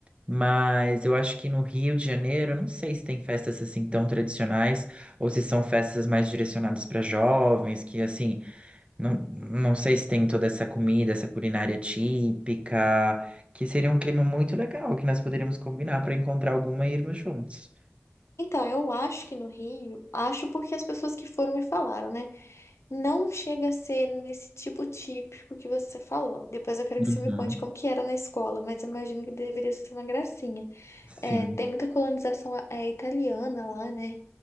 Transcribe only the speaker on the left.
Então, eu acho que no Rio, acho porque as pessoas que foram me falaram, né? Não chega a ser nesse tipo típico que você falou. Depois eu quero
que você me conte como que era na escola, mas eu imagino que deveria ser uma gracinha.
É, tem muita colonização é, italiana lá, né?